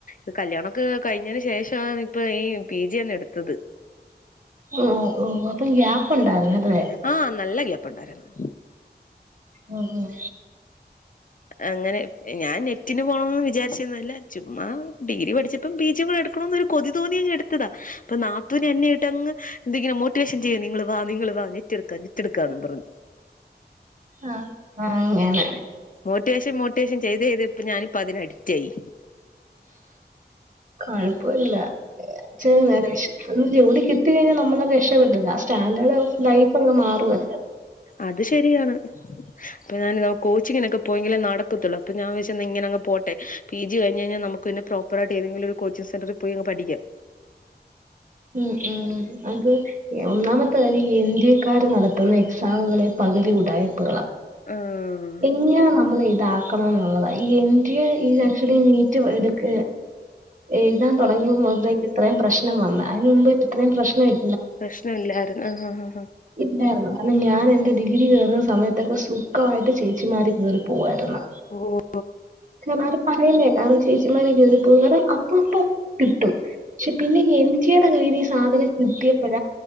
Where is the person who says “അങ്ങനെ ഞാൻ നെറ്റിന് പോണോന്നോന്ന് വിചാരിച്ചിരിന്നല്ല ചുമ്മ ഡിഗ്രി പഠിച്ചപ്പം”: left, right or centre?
Left